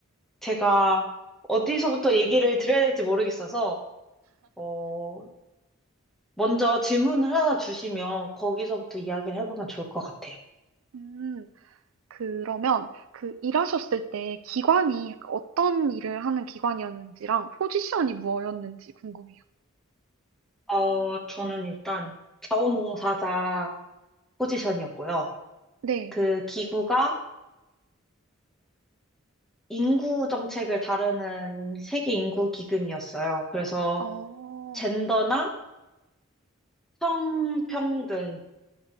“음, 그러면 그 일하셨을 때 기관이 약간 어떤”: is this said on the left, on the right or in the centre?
Right